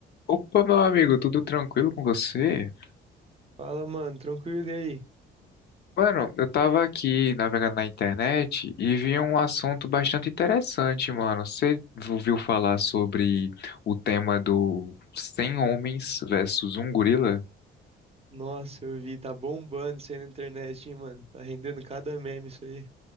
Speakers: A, on the left (about 55°); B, on the right (about 30°).
A: Opa, meu amigo, tudo tranquilo com você?
B: Fala, mano, tranquilo e aí?
A: Mano, eu tava aqui navegando na internet e vi um assunto bastante interessante, mano. Você ouviu falar sobre o tema do 100 homens versus um gorila?
B: Nossa, eu vi, tá bombando isso aí na internet, hein, mano? Tá rendendo cada meme isso aí.